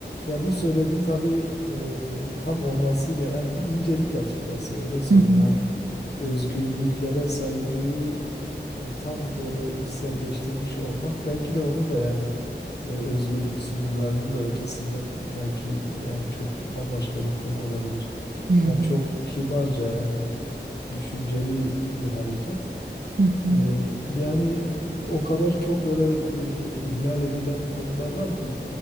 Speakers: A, on the left; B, on the right.
A: Ya bu söylediğin tabii e, tam olması gereken yani bir incelik açıkçası öyle söyleyeyim.
B: Hı hı.
A: Hani özgürlüklere saygıyı e, tam böyle içselleştirmiş olmak belki de onun da yani e, özgürlük sınırlarının da ötesinde belki de yani çok bambaşka bir konu olabilir.
B: Hı hı.
A: Yani çok kibarca yani düşünceli bir hareket.
B: Hı hı.
A: Eee, yani e, o kadar çok böyle e, ihlal edilen konular var ki